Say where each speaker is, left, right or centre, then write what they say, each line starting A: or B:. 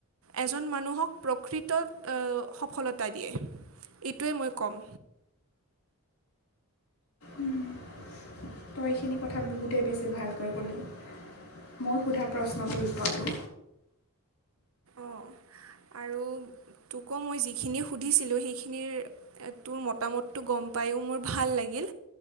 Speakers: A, on the right (about 70°); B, on the left (about 85°).
A: এজন মানুহক প্ৰকৃতত অ', সফলতা দিয়ে, এইটোৱেই মই কম।
B: উম, তই এইখিনি কথা বহুতেই বেছি ভালকৈ ক'লি। মই সোধা প্ৰশ্নটোৰ উত্তৰটো
A: অ'। আৰু তোকো মই যিখিনি সুধিছিলো সেইখিনিৰ তোৰ মতামতটো গম গম পায়ো মোৰ ভাল লাগিল